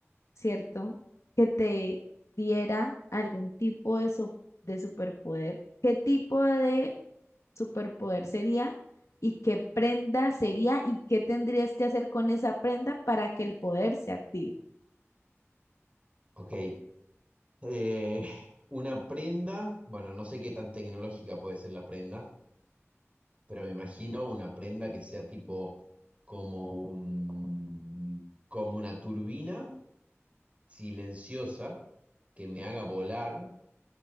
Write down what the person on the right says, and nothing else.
Ok. eh, una prenda, bueno, no sé qué tan tecnológica puede ser la prenda. Pero me imagino una prenda que sea tipo como un, como una turbina silenciosa que me haga volar.